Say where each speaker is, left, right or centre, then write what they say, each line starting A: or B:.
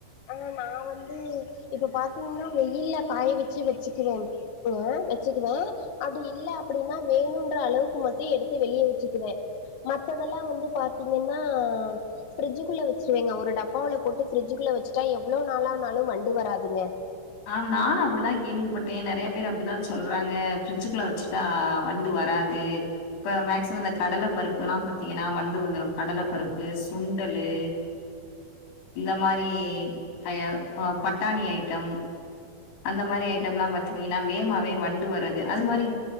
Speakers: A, on the left; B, on the left.
A: ஆ நா வந்து இப்ப பாத்தீங்கன்னா வெயில்ல காய வச்சி வச்சிக்குவே <unintelligible> வச்சிடுவ அப்டில்ல அப்டின்னா வேணுன்ற அளவுக்கு மட்டு எடுத்து வெளிய வச்சுக்குவ மத்ததெல்லா வந்து பாத்தீங்கன்னா ஃப்ரிட்ஜிக்குள்ள வச்சிருவேங்க ஒரு டப்பாவுல போட்டு ஃப்ரிட்ஜ்குள்ள வச்சுட்டா எவ்ளோ நாளானாளு வண்டு வராதுங்க
B: ஆ நானு அப்டிதா கேள்விப்பட்டே நெறைய பேர் அப்டிதா சொல்றாங்க பிரிட்ஜுக்குள்ள வச்சுட்டா வண்டு வரா து இப்ப மேக்சிமம் இந்த கடல பருப்புல்லா பாத்தீங்கன்னா வண்டு வந்துரு கடல பருப்பு சுண்டலு இந்த மாரி அதா ஆ பட்டாணி ஐட்டம் அந்த மாரி ஐட்டம்லா பாத்துக்குவீங்கன்னா வேமாவே வண்டு வர்றது அது மாரி்